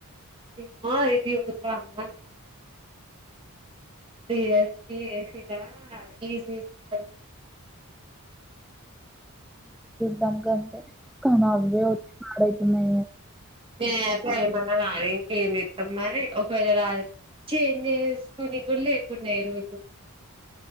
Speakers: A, on the right; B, in the centre.
A: ఇమా ఇది ఉందామా అంటన్నా బీఎస్సీ ఏసీరా ఈసీసీ <inaudible>
B: దమ్ క అంతే నాకు ఇవే వచ్చు నాడై మే
A: ఏసేయ్ ఏమన్నా గానీ ఏం చేద్దాం మరి ఒకవేళ రాలడి చేం చేసుకుని కూడా లేకున్నాయి రోజు